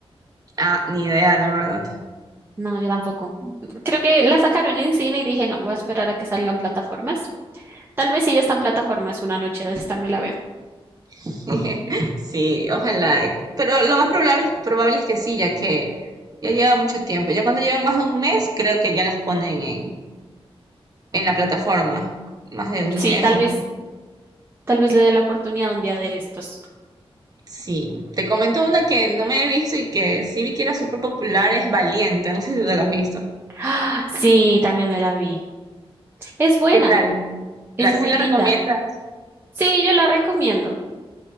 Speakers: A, on the right; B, on the right.
A: Ah, ni idea, la verdad.
B: No, yo tampoco. Creo que la sacaron en cine y dije, no, voy a esperar a que salgan plataformas. Tal vez si ya están plataformas, una noche de esta me la veo.
A: <laughs> Sí, ojalá. Pero lo más probable, probable es que sí, ya que ya lleva mucho tiempo. Ya cuando llevan más de un mes, creo que ya las ponen en, en la plataforma. Más de un
B: Sí,
A: mes.
B: tal
A: o-
B: vez, tal vez le dé la oportunidad un día de estos.
A: Sí. Te comento una que no me he visto y que sí vi que era súper popular, es Valiente. No sé si tú la has visto.
B: ¡Ah! Sí, también me la vi. Es buena,
A: ¿Qué tal?
B: es
A: ¿La sí
B: muy
A: la
B: linda.
A: recomiendas?
B: Sí, yo la recomiendo.